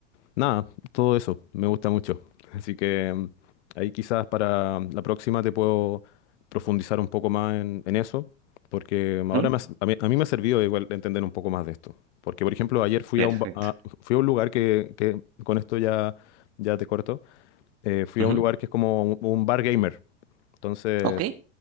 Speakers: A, on the left; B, on the right.
A: Nada, todo eso me gusta mucho. Así que mm, ahí quizás para la próxima te puedo profundizar un poco más en, en eso, porque ahora
B: Ujú.
A: me ha s- a mí, a mí me ha servido igual entender un poco más de esto. Porque, por ejemplo, ayer fui
B: Perfecto.
A: a un, ba- a- fui a un lugar que, que- con esto ya, ya te corto, eh, fui
B: Ujú.
A: a un lugar que es como un, un bar gamer. Entonces,
B: Ok.